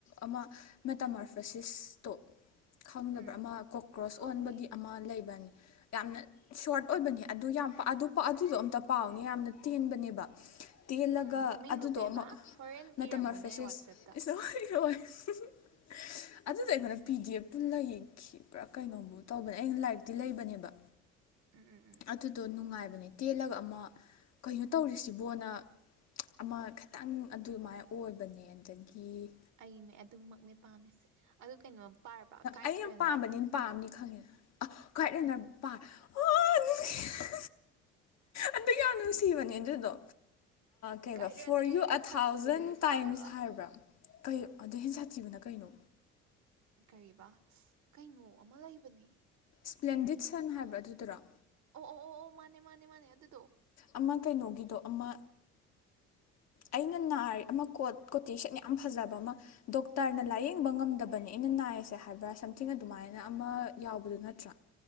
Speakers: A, on the left; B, on the right.
A: ꯑꯃ ꯃꯦꯇꯥꯃꯥꯔꯐꯦꯁꯤꯁꯇꯣ ꯈꯪꯗꯕ꯭ꯔꯥ
B: ꯎꯝ
A: ꯑꯃ ꯀꯣꯀ꯭ꯔꯣꯁ
B: ꯈꯪꯗꯦ
A: ꯑꯣꯟꯕꯒꯤ ꯑꯃ ꯂꯩꯕꯅꯦ ꯌꯥꯝꯅ ꯁꯣꯔꯠ ꯑꯣꯏꯕꯅꯦ ꯑꯗꯨ ꯌꯥꯝ ꯑꯗꯨꯗꯣ ꯑꯝꯇ ꯄꯥꯎꯅꯦ ꯌꯥꯝꯅ ꯇꯦꯟꯕꯅꯦꯕ ꯇꯦꯜꯂꯒ
B: ꯎꯝ ꯃꯃꯤꯡꯗꯣ
A: ꯑꯗꯨꯗꯣ
B: ꯀꯩꯕꯥ
A: ꯑꯃꯨꯛ
B: ꯍꯣꯔꯦꯟ ꯏꯔꯝꯃꯨꯅꯦ
A: ꯃꯦꯇꯥꯃꯔꯐꯦꯁꯤꯁ
B: ꯋꯥꯆꯦꯞꯇ
A: <unintelligible> ꯑꯗꯨꯗ ꯑꯩꯉꯣꯟꯗ ꯄꯤ ꯗꯤ ꯑꯦꯐꯄꯨ ꯂꯩꯈꯤꯕꯔ꯭ ꯀꯩꯅꯣꯝ ꯇꯧꯕꯅꯦ ꯑꯩ ꯂꯥꯏꯔꯤꯛꯇꯤ ꯂꯩꯕꯅꯦꯕ
B: ꯎꯝ ꯎꯝ ꯎꯝ
A: ꯑꯗꯨꯗꯣ ꯅꯨꯡꯉꯥꯏꯕ ꯅꯦ ꯇꯦꯜꯂꯒ ꯑꯃ ꯀꯩꯅꯣ ꯇꯧꯔꯤꯁꯤꯕꯣꯅ ꯑꯃ ꯈꯤꯇꯪ ꯑꯗꯨꯃꯥꯏꯅ ꯑꯣꯏꯕꯅꯦ ꯑꯗꯒꯤ
B: ꯑꯩꯅꯦ ꯑꯗꯨꯃꯛꯅꯦ ꯄꯥꯝꯃꯤꯁꯦ ꯑꯗꯨ ꯀꯩꯅꯣꯝ ꯄꯥꯔꯕ ꯀꯥꯏꯠ
A: ꯑꯩ ꯌꯥꯝ
B: ꯔꯟꯅꯔ
A: ꯄꯥꯝꯕꯅꯤꯅ ꯄꯥꯝꯅꯤ ꯈꯪꯉꯦꯅ ꯑ ꯈꯥꯏꯠꯂꯦꯅ ꯄꯥꯥꯏ ꯍ <unintelligible> ꯑꯗꯨ ꯌꯥꯝꯅꯣꯏ ꯁꯤꯕꯅꯦ ꯑꯗꯨꯗꯣ ꯀꯩꯕ
B: ꯒꯥꯏꯠ ꯔꯟꯅꯔ
A: ꯐꯣꯔ ꯌꯨ
B: ꯍꯦꯟꯅ
A: ꯑ
B: ꯁꯥꯊꯤꯕꯗꯨꯗꯤ
A: ꯊꯥꯎꯖꯟ ꯇꯥꯏꯝꯁ
B: ꯄꯥꯔꯕ
A: ꯍꯥꯏꯕ꯭ꯔꯥ ꯀꯩ ꯑꯗꯨ ꯍꯦꯟ ꯁꯥ ꯊꯤꯕꯅ ꯀꯩꯅꯣ
B: ꯀꯔꯤꯕ ꯀꯩꯅꯣ ꯑꯃ ꯂꯩꯕꯅꯤ
A: ꯁꯄ꯭ꯂꯦꯟꯗꯤꯠ ꯁꯟ ꯍꯥꯏꯕ꯭ꯔꯥ ꯑꯗꯨꯗꯔ
B: ꯑꯣ ꯑꯣ ꯑꯣ ꯑꯣ ꯃꯥꯅꯦ ꯃꯥꯅꯦ ꯃꯥꯅꯦ ꯑꯗꯨ
A: ꯑꯃ ꯀꯩꯅꯣꯒꯤꯗꯣ ꯑꯃ ꯑꯩꯅ ꯅꯥ ꯑꯃ ꯀꯣꯠ ꯀꯣꯇꯦꯁꯟ ꯌꯥꯝ ꯐꯖꯕ ꯑꯃ ꯗꯣꯛꯇꯔꯅ ꯂꯥꯏꯌꯦꯡꯕ ꯉꯝꯗꯕꯅꯤ ꯑꯩꯅ ꯅꯥꯏꯌꯦꯁꯦ ꯍꯥꯏꯕ꯭ꯔꯥ ꯁꯝꯊꯤꯡ ꯑꯗꯨꯃꯥꯏꯅ ꯑꯃ ꯌꯥꯎꯕꯗꯨ ꯅꯠꯇ꯭ꯔꯥ